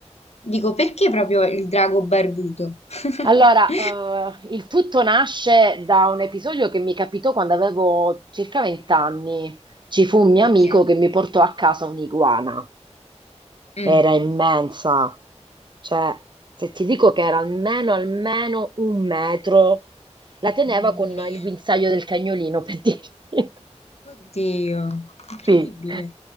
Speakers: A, on the left (about 60°); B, on the right (about 40°).
A: Dico, perché proprio il drago barbuto? <laughs>
B: Allora, eh, il tutto nasce da un episodio che mi capitò quando avevo circa 20 anni. Ci fu un mio
A: Ok.
B: amico che mi portò a casa un'iguana.
A: Mm.
B: Era immensa, cioè, se ti dico che era almeno, almeno un metro La teneva
A: Mamma
B: con
A: mia.
B: il guinzaglio del cagnolino, per dirti. <laughs>
A: Oddio, incredibile.
B: Sì.